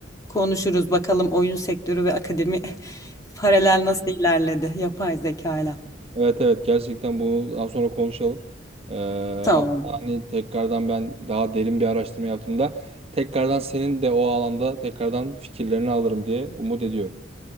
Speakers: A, on the left (about 20°); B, on the right (about 35°).
A: konuşuruz. Bakalım oyun sektörü ve akademi <laughs> paralel nasıl ilerledi yapay zeka ile.
B: evet evet gerçekten bunu daha sonra konuşalım. Ee,
A: Tamam,
B: hatta hani tekrardan ben daha derin bir araştırma yaptığımda tekrardan senin de o alanda tekrardan fikirlerini alırım diye umut ediyorum.